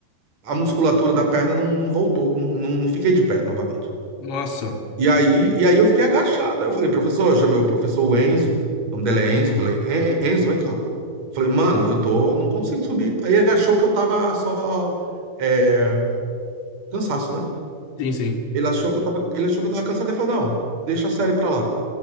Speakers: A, on the right (about 40°); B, on the left (about 40°).
A: a musculatura da perna não, não voltou, não, não, não fiquei de pé novamente.
B: Nossa,
A: E aí, e aí eu fiquei agachado. Aí eu falei, professor, eu chamei o professor Enzo, o nome dele é Enzo, eu falei, "En- Enzo, vem cá. Falei, mano, eu tô, não consigo subir. Aí ele achou que eu tava só é, cansaço, né?
B: sim, sim.
A: Ele achou que eu tava, ele achou que eu tava cansado e falou, não, deixa a série pra lá.